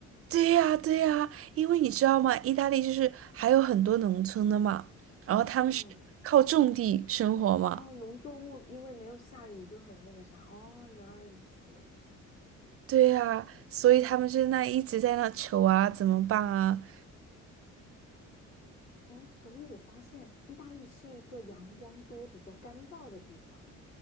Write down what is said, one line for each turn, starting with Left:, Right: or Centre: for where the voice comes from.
Right: 对呀对呀，因为你知道吗？意大利就是还有很多农村的嘛，然后他们是靠种地生活嘛，
Left: <laughs> 嗯，哦，农作物因为没有下雨就很那个啥。哦，原来如此。
Right: 对呀，所以他们就那一直在那求啊，怎么办啊？
Left: 哦，所以我发现意大利是一个阳光多、比较干燥的地方。